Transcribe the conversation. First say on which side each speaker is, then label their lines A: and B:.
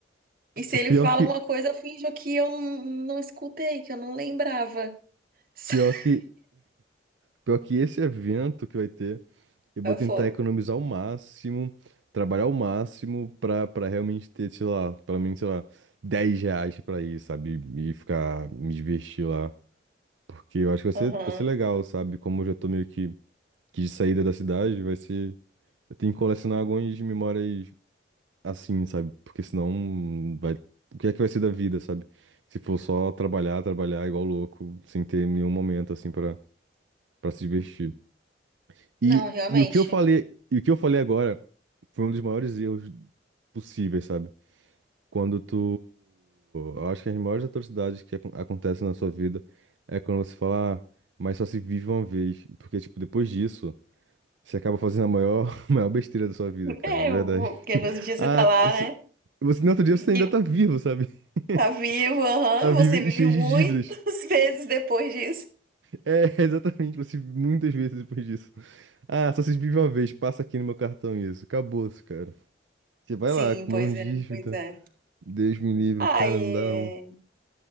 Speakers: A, on the right; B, on the right.
A: E se ele
B: Pior
A: fala
B: que,
A: alguma coisa, eu finjo que eu não, não escutei, que eu não lembrava. <laughs>
B: pior que, pior que esse evento que vai ter. Eu vou
A: Aí Eu
B: tentar
A: falo,
B: economizar o máximo, trabalhar o máximo pra, pra realmente ter, sei lá, pelo menos, sei lá, 10 reais pra ir, sabe? E ficar, me divertir lá. Porque eu acho que vai ser,
A: aham.
B: vai ser legal, sabe? Como eu já tô meio que, que de saída da cidade, vai ser. Eu tenho que colecionar algumas memórias assim, sabe? Porque senão vai. O que é que vai ser da vida, sabe? Se for só trabalhar, trabalhar igual louco, sem ter nenhum momento assim pra, pra se divertir. E,
A: Não, realmente.
B: e o que eu falei, e o que eu falei agora foi um dos maiores erros possíveis, sabe? Quando tu. Eu acho que as maiores atrocidades que acon- acontecem na sua vida é quando você fala, "Ah, mas só se vive uma vez. Porque, tipo, depois disso, você acaba fazendo a maior, <laughs> maior besteira da sua vida, cara,
A: É,
B: de
A: eu
B: verdade.
A: vou- porque
B: <laughs>
A: nos dias você
B: Ah,
A: tá lá,
B: s-
A: né?
B: você no outro dia
A: Vivo,
B: você ainda tá vivo, sabe? <laughs>
A: tá vivo, aham.
B: Tá
A: Você
B: vivo e
A: vive
B: cheio
A: muitas
B: de dívidas.
A: <laughs> vezes depois disso.
B: É, <laughs> exatamente, você muitas vezes depois disso. Ah, só se vive uma vez, passa aqui no meu cartão isso. Acabou-se, cara. Você vai
A: Sim,
B: lá, acumulando
A: pois é,
B: dívida.
A: pois é.
B: Deus me livre,
A: Ah,
B: cara,
A: e...
B: não dá não.